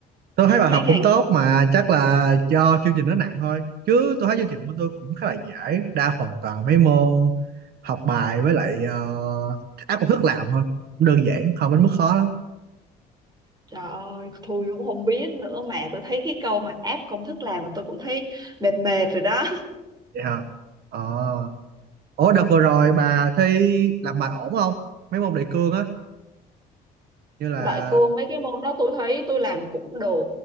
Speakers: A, on the right; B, on the right.
A: tôi thấy bà
B: mấy
A: học
B: ngành
A: cũng tốt mà chắc là do chương trình nó nặng thôi chứ tôi thấy chương trình bên tôi cũng khá là dễ đa phần toàn mấy môn học bài với lại ờ, áp công thức làm thôi cũng đơn giản không đến mức khó lắm
B: Trời ơi, tôi cũng không biết nữa mà tôi thấy cái câu mà áp công thức làm mà tôi cũng thấy mệt mệt rồi đó.
A: vậy hả ờ Ủa đợt vừa rồi bà thi làm bài ổn không? Mấy môn đề cương á như là
B: Đại cương mấy cái môn đó tôi thấy tôi làm cũng được.